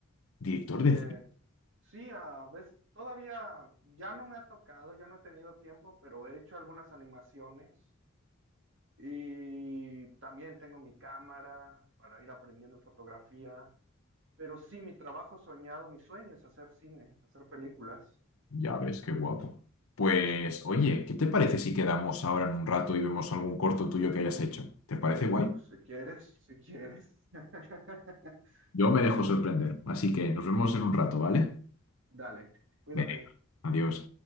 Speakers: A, on the left; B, on the right.
A: Director
B: Eh,
A: de cine.
B: sí, a veces todavía ya no me ha tocado, ya no he tenido tiempo, pero he hecho algunas animaciones. Y también tengo mi cámara para ir aprendiendo fotografía. Pero sí, mi trabajo soñado, mi sueño es hacer cine, hacer películas.
A: Ya ves, qué guapo. Pues, oye, ¿qué te parece si quedamos ahora en un rato y vemos algún corto tuyo que hayas hecho? ¿Te parece guay?
B: ¿no? Si quieres, si quieres. <laughs>
A: Yo me dejo sorprender, así que nos vemos en un rato, ¿vale?
B: Dale, cuídate.
A: Venga, adiós.